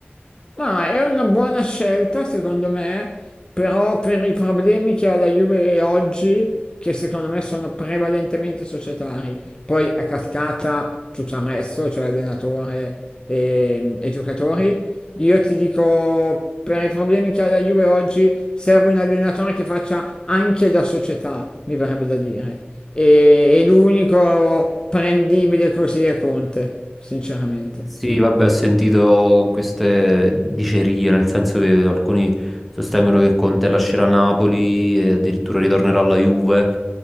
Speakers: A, on the left (about 20°); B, in the centre.
A: Ma è una buona scelta secondo me, però per i problemi che ha la Juve oggi, che secondo me sono prevalentemente societari, poi a cascata tutto il resto, cioè allenatore e, e giocatori, io ti dico per i problemi che ha la Juve oggi serve un allenatore che faccia anche da società, mi verrebbe da dire. E, e l'unico prendibile così è Conte, sinceramente.
B: Sì, vabbè, ho sentito queste dicerie, nel senso che alcuni sostengono che Conte lascerà Napoli e addirittura ritornerà alla Juve,